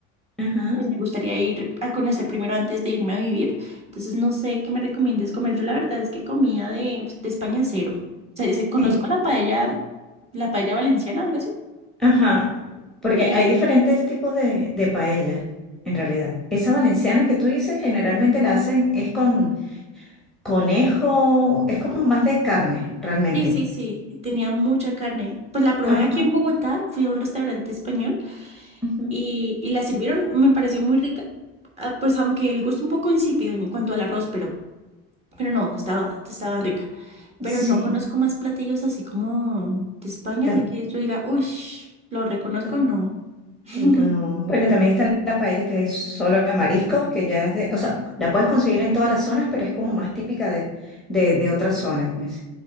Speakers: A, in the centre; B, on the right.
A: ajá,
B: pues me gustaría ir a conocer primero antes de irme a vivir. Entonces no sé qué me recomiendes comer. Yo la verdad es que comida de, pues, de España cero. se se- conozco
A: eh,
B: la paella, la paella valenciana, algo así.
A: ajá, porque
B: Y
A: hay diferentes tipos de, de paella, en realidad. Esa valenciana que tú dices, generalmente la hacen, es con Conejo es como más de carne, realmente.
B: sí, sí, sí, tenía mucha carne. Pues la probé
A: Ajá.
B: aquí en Bogotá, fui a un restaurante español
A: ujú.
B: y, y la sirvieron, me pareció muy rica. Ah, Pues aunque el gusto un poco insípido en cuanto al arroz, pero Pero no, estaba, estaba rica. Pero
A: Sí.
B: no conozco más platillos así como de España,
A: tam-
B: así que yo diga, uy, lo reconozco,
A: tam-
B: no. <laughs>
A: no, Bueno, también está la paella que es solo de mariscos, que ya es de, o sea, la puedes conseguir en todas las zonas, pero es como más típica de, de, de otras zonas, pues.